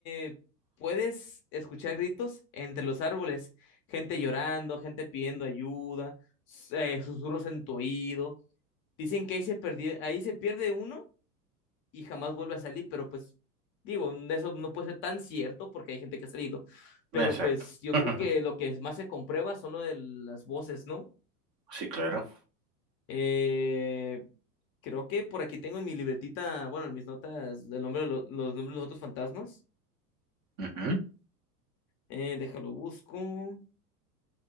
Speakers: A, on the left; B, on the right.
A: eh, puedes escuchar gritos entre los árboles, gente llorando, gente pidiendo ayuda, s- eh, susurros en tu oído. Dicen que ahí se perdió, ahí se pierde uno y jamás vuelve a salir, pero pues digo, eso no puede ser tan cierto porque hay gente que ha salido, pero
B: Exacto.
A: pues yo
B: <laughs>
A: creo que lo que más se comprueba son lo de las voces, ¿no?
B: Sí, claro.
A: Eh, Creo que por aquí tengo en mi libretita, bueno, en mis notas, el nombre de lo- los nombres de los otros fantasmas.
B: Ujú.
A: Eh, déjalo busco.